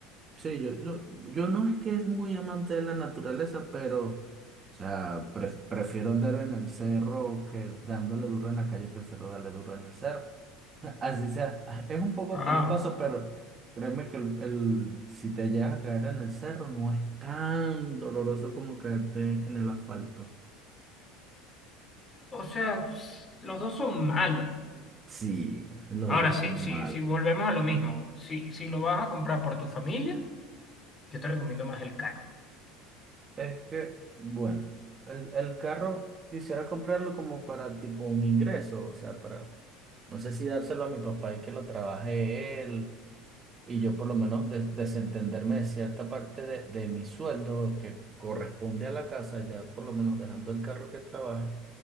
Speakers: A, on the right; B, on the left.
A: Sí, yo no, yo no es que es muy amante de la naturaleza, pero, o sea, pref- prefiero andar en el cerro que dándole duro en la calle, prefiero darle duro en el cerro. <laughs> Así sea, es un poco
B: Ah,
A: peligroso, pero créeme que el, el- si te llegas a caer en el cerro no es tan doloroso como caerte en el asfalto.
B: o sea, s- los dos son malos.
A: Sí, los
B: Ahora,
A: dos
B: sí,
A: son
B: sí,
A: malos.
B: si volvemos a lo mismo, si, si lo vas a comprar por tu familia, yo te recomiendo más el carro.
A: Es que, bueno, el, el carro quisiera comprarlo como para tipo un ingreso, o sea, para, no sé si dárselo a mi papá y que lo trabaje él, y yo por lo menos des- desentenderme de cierta parte de, de mi sueldo que corresponde a la casa, ya por lo menos dejando el carro que trabaje.